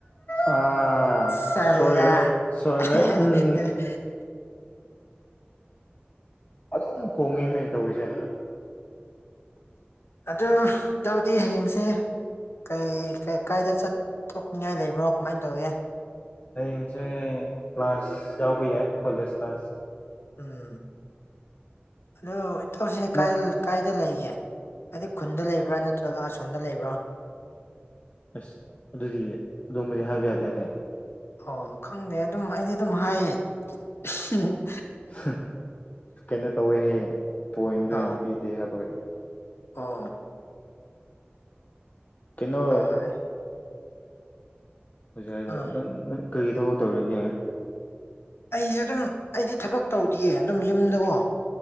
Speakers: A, on the left; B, on the left.
A: ꯑꯥ
B: ꯁꯜꯂꯥ
A: ꯁꯣꯏꯔꯣꯏ
B: <unintelligible>
A: ꯁꯣꯏꯔꯣꯏ ꯎꯝ ꯑꯗꯨꯝ ꯈꯣꯡꯉꯦꯃꯦ ꯇꯧꯔꯤꯁꯦ
B: ꯑꯗꯨ ꯏꯇꯥꯎꯗꯤ ꯍꯌꯦꯡꯁꯦ ꯀꯩ <unintelligible> ꯀꯥꯏꯗ ꯆꯠꯊꯣꯛꯅꯤꯡꯉꯥꯏ ꯂꯩꯕ꯭ꯔꯣ ꯀꯃꯥꯏꯟ ꯇꯧꯒꯦ
A: ꯍꯌꯦꯡꯁꯦ ꯀ꯭ꯂꯥꯁ ꯌꯥꯎꯕ ꯌꯥꯏ ꯀꯥꯂꯦꯖꯇ
B: ꯎꯝ ꯑꯗꯨ ꯏꯇꯥꯎꯁꯤ
A: ꯅꯪ
B: ꯀꯥꯏ ꯂ ꯀꯥꯢ ꯗ ꯂꯩꯒꯦ ꯍꯥꯏꯗꯤ ꯈꯨꯟꯗ ꯂꯩꯕ꯭ꯔꯥ ꯅꯠꯇ꯭ꯔꯒ ꯑꯁꯣꯝꯗ ꯂꯩꯕ꯭ꯔꯣ
A: ꯑꯁ ꯑꯗꯨꯗꯤ ꯑꯗꯨꯝꯕꯨꯗꯤ ꯍꯥꯏꯕ ꯌꯥꯗꯦꯗ
B: ꯑꯣ ꯈꯪꯗꯦ ꯑꯗꯨꯝ ꯑꯩꯗꯤ ꯑꯗꯨꯝ ꯍꯥꯏꯌꯦ <unintelligible>
A: <unintelligible> ꯀꯩꯅꯣ ꯇꯧꯋꯦ ꯍꯥꯏꯌꯦ ꯄꯣꯏꯟꯗꯣ
B: ꯑꯣ
A: ꯌꯥꯝ ꯄꯤꯗꯦ ꯍꯥꯏꯕ ꯀꯩꯅꯣ
B: ꯑꯣ
A: ꯀꯩꯅꯣ
B: ꯍꯣꯏ ꯍꯣꯏ
A: ꯍꯧꯖꯤꯛ ꯍꯥꯏꯗꯣ
B: ꯎꯝ
A: ꯑꯗꯨ ꯅꯪ ꯀꯔꯤ ꯊꯕꯛ ꯇꯧꯔꯤꯒꯦ
B: ꯑꯩꯁꯨ ꯑꯗꯨꯝ ꯑꯩꯗꯤ ꯊꯕꯛ ꯇꯧꯗꯤꯌꯦ ꯑꯗꯨꯝ ꯌꯨꯝꯗꯀꯣ